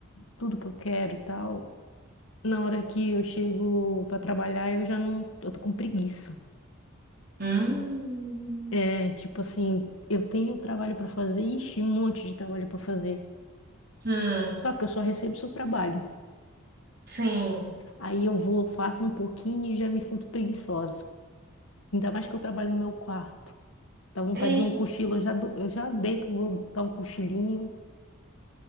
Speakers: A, on the left; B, on the right.
A: tudo que eu quero e tal, na hora que eu chego para trabalhar, eu já não, eu tô com preguiça.
B: Hum.
A: É, tipo assim, eu tenho trabalho para fazer, ixi, um monte de trabalho para fazer.
B: Hum.
A: Só que eu só recebo seu trabalho.
B: Sim.
A: Aí eu vou, faço um pouquinho e já me sinto preguiçosa. Ainda mais que eu trabalho no meu quarto. Dá vontade
B: Ei,
A: de um cochilo, eu já, do- eu já deito, vou dar um cochilinho.